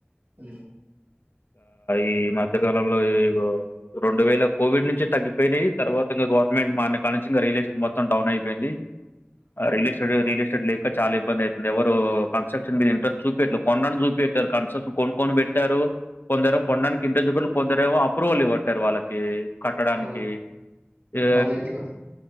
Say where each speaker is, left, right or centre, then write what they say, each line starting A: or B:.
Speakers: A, on the right (about 55°); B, on the left (about 60°).
A: అ
B: ఈ మధ్యకాలంలో ఈ రెండు వేల కోవిడ్ నుంచి తగ్గిపోయినాయి తర్వాత గవర్నమెంట్ మన క ఇగా రియల్ ఎస్టేట్ మొత్తం డౌన్ అయిపోయింది ఆ రియల్ ఎస్టేట్ రియల్ ఎస్టేట్ లేక చాలా ఇబ్బంది అయితుంది ఎవ కన్స్ట్రక్షన్ మీద ఇ్రస్ట్ చూపియట్లే కొనడానికి చూపియట్లేదు కన్ట్రక్షన్ కొనుకొని పెట్టారు కొందరు కోన్ నికి ఇంట్రెస్ట్ చూపెట్టలే కొందరికి అప్రూవల్ ఇవ్వలేట్టారు వాళ్ళకి కట్టడానికి
A: ఆ!
B: ఏ
A: మళ్ళీ ఇట్లా